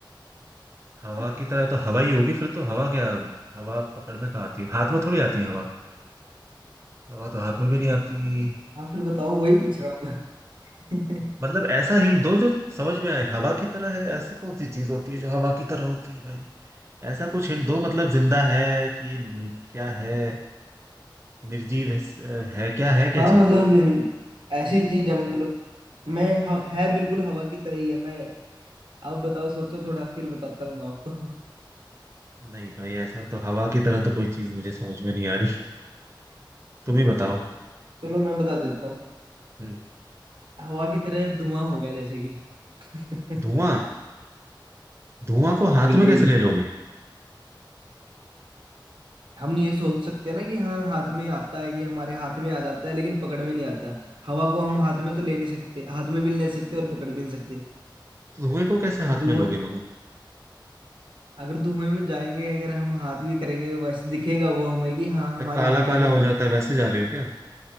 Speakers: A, on the right; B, on the right.
A: हवा
B: हाँ
A: की तरह तो हवा ही होगी फिर तो हवा क्या हवा पकड़ में कहाँ आती है हाथ में थोड़ी आती है हवा हवा तो हाथ में भी नहीं आती
B: हाँ फिर बताओ वही पूछ रहा हूँ मैं <laughs>
A: मतलब ऐसा हिंट दो जो समझ में आए हवा की तरह है ऐसी कौन सी चीज होती है जो हवा की तरह होती है भाई ऐसा कुछ हिंट दो मतलब जिंदा है कि न- क्या है निर्जीव है, है क्या है क्या
B: हाँ
A: चीज
B: मतलब ये ऐसी चीज है मतलब मैं ह- है बिल्कुल हवा की तरह ही है मैं आप बताओ सोचो थोड़ा फिर बताता हूँ मैं आपको <laughs>
A: नहीं भाई ऐसा तो हवा की तरह तो कोई चीज मुझे समझ में नहीं आ रही तुम ही बताओ
B: चलो मैं बता देता हूँ
A: हम्म
B: हवा की तरह धुआं होगा जैसे कि <laughs>
A: धुआं धुआं को हाथ
B: बिल्कुल
A: में कैसे ले लोगे
B: हम ये सोच सकते हैं ना कि हाँ हाथ में आता है कि हमारे हाथ में आ जाता है लेकिन पकड़ में नहीं आता हवा को हम हाथ में तो ले नहीं सकते हाथ में भी नहीं ले सकते और पकड़ भी नहीं सकते
A: धुएं को कैसे हाथ
B: धुआं
A: में लोगे मगर
B: अगर धुएं में जाएंगे अगर हम हाथ भी करेंगे वैसे दिखेगा वो हमें कि हाँ हमारे
A: जब काला
B: हाथ
A: काला
B: में है
A: हो जाता है वैसे जा रहे हो क्या